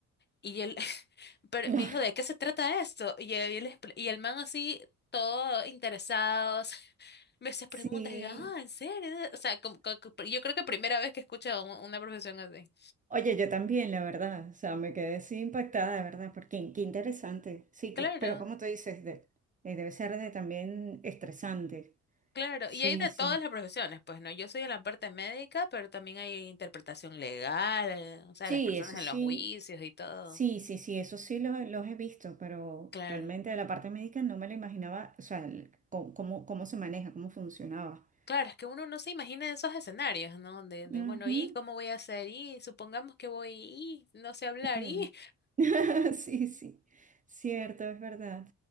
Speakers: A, on the left; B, on the right.
A: y él, <laughs> pero
B: Ah,
A: me dijo, ¿de qué se trata esto? Y él- y él expl- y el man así, todo interesados, <laughs> me hace preguntas
B: Sí.
A: y yo, ah, ¿en serio? O sea, como- como- yo creo que primera vez que escucho a un- una profesión así.
B: Oye, yo también, la verdad, o sea, me quedé así impactada, de verdad, porque qué qué interesante. Sí,
A: Claro.
B: cl- pero como tú dices, de- eh, debe ser de también estresante.
A: Claro,
B: Sí,
A: y hay de
B: sí.
A: todas las profesiones, pues no, yo soy en la parte médica, pero también hay interpretación legal, eh, o sea,
B: Sí,
A: las personas
B: eso
A: en
B: sí,
A: los juicios y todo.
B: sí, sí, sí, eso sí lo- los he visto, pero
A: Claro,
B: realmente de la parte médica no me lo imaginaba, o sea, el- cómo, cómo, cómo se maneja, cómo funcionaba.
A: claro, es que uno no se imagina esos escenarios, ¿no? De, de
B: Ujú,
A: bueno, ¿y cómo voy a hacer? Y supongamos que voy, y no sé hablar,
B: ujú.
A: y
B: <laughs> Sí, sí, cierto, es verdad,